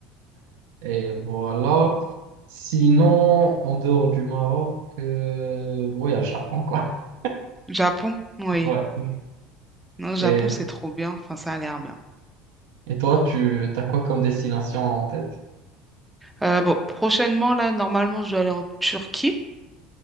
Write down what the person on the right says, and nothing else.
Et voilà. Sinon, en dehors du Maroc, euh, ouais, à Japon, quoi. <laughs>
Ouais.
Et,
et toi, tu as quoi comme destination en tête?